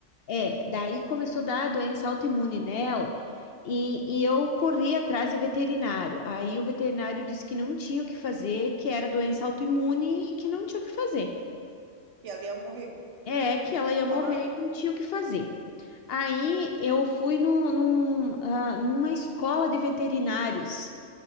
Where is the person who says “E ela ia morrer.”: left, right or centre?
Right